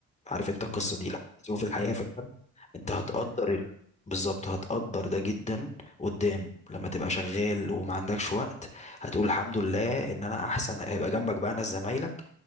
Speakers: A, on the left; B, on the left.
A: عارف انت
B: لا
A: القصة
B: لا
A: دي لا بس
B: ما
A: هو في
B: هو
A: الحقيقة
B: فعلا
A: فعلا انت
B: أنا
A: هتقدر
B: سمعت كده
A: ال... بالظبط هتقدر ده جدا قدام لما تبقى شغال وما عندكش وقت هتقول الحمد لله ان انا احسن هيبقى جنبك بقى ناس زمايلك